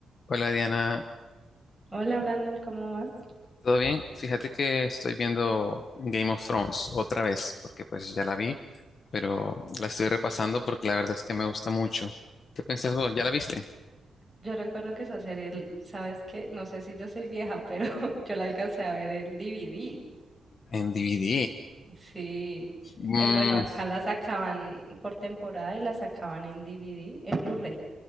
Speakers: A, on the left; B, in the centre.
A: Hola Diana,
B: Hola Brandon, ¿cómo vas?
A: ¿todo bien? Fíjate que estoy viendo Game of Thrones otra vez, porque pues ya la vi, pero la estoy repasando porque la verdad es que me gusta mucho. ¿Qué pensás vos? ¿Ya la viste?
B: Yo recuerdo que esa serie, l- ¿sabes qué? No sé si yo soy vieja, pero <laughs> yo la alcancé a ver en DVD.
A: En DVD.
B: Sí.
A: Mm,
B: Eh, bueno, acá la sacaban por temporada y la sacaban en DVD, en Blu-ray.